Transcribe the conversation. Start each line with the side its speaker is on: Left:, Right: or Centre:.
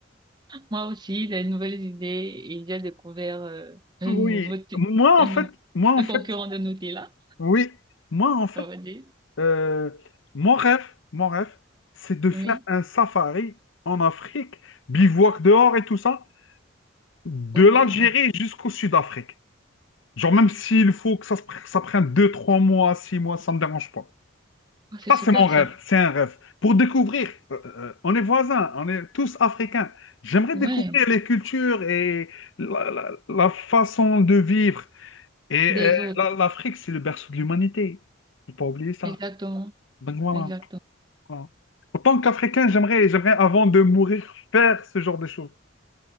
Right: Moi aussi, des nouvelles idées et j'ai découvert euh, un
Left: Oui,
Right: nouveau, ti-
Left: moi
Right: un
Left: en fait,
Right: nou-
Left: moi en
Right: un
Left: fait,
Right: concurrent de Nutella,
Left: oui, moi en fait,
Right: on va dire.
Left: euh, mon rêve, mon rêve, c'est de faire
Right: Oui.
Left: un safari en Afrique, bivouac dehors et tout ça, de
Right: Oh là.
Left: l'Algérie jusqu'au Sud-Afrique. Genre même s'il faut que ça, se pr- ça prenne 2 3 mois, 6 mois, ça me dérange pas.
Right: Ah, c'est
Left: Ça,
Right: super
Left: c'est mon rêve.
Right: ça.
Left: C'est un rêve. Pour découvrir, euh, euh, on est voisins, on est tous africains. J'aimerais
Right: Ouais.
Left: découvrir les cultures et la, la- la façon de vivre. Et
Right: Des
Left: euh,
Right: autres.
Left: la- l'Afrique, c'est le berceau de l'humanité. Faut pas oublier ça.
Right: Exactement.
Left: Donc voilà.
Right: Exactement.
Left: voilà. En tant qu'Africain, j'aimerais, j'aimerais, avant de mourir, faire ce genre de choses.